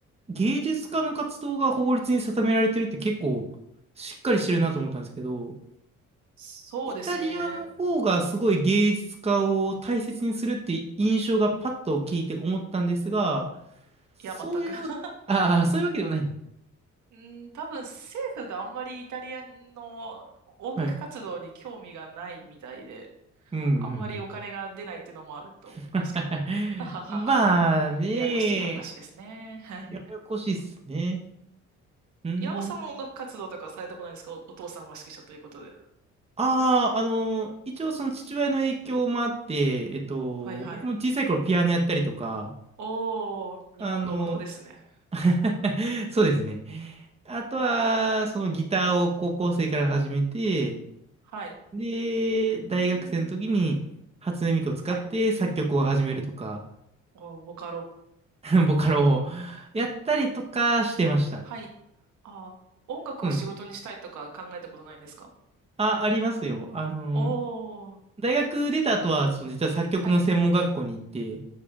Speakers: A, on the right (about 20°); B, on the right (about 75°).
A: 芸術家の活動が法律に定められてるって結構、しっかりしてるなと思ったんですけど、
B: そうですね。
A: イタリアの方がすごい芸術家を大切にするって印象がパッと聞いて思ったんですが、そういう、
B: いや、全く。<laughs>
A: <laughs> ああ、そういうわけではない。
B: うん、多分政府があんまりイタリアの音楽活動に興味がないみたいで、
A: はい。うんう
B: あんまりお金が出ないっていうのもあると思いますけど。
A: んうん。<laughs>
B: <laughs> はははははは。
A: まあね、
B: ややこしい話ですね。はい。
A: ややこしいっすね。うん。
B: 岩尾さんも音楽活動とかされたことないですかお、お父様が指揮者ということで。
A: ああ、あの、一応その父親の影響もあって、えっと、
B: はいはい。
A: 僕も小さい頃ピアノやったりとか、
B: おー、日本の王道ですね。
A: あの、<laughs> そうですね。あとは、そのギターを高校生から始めて、
B: はい。
A: で、大学生の時に初音ミクを使って作曲を始めるとか、
B: うんうんうんうんはい。おー、ボカロ。
A: <laughs> ボカロをやったりとかしてました。
B: はい。
A: そ
B: あー、音楽を仕事にしたいとか考えたことないんですか
A: うなんです。あ、ありますよ。あの、
B: おー、
A: 大学出た後は、その実は作曲の専門学校に行って、
B: はい。